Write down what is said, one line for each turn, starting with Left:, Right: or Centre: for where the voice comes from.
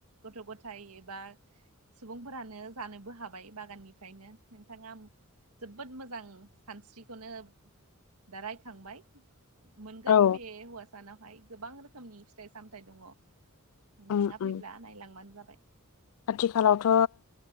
Right: गथ'-गथाय एबा सुबुंफोरानो जानोबो हाबाय बागाननिफ्रायनो नोंथाङा बोद मोजां सानस्रिखौनो दा रायखांबाय मोनगोन
Left: औ
Right: बे हौवासानावहाय गोबां रोखोमनि फिथाइ-सामथायाइ दङ। नोंथाङा
Left: उम उम
Right: फैब्ला नायलांबानो जाबाय।
Left: आथिखालावथ'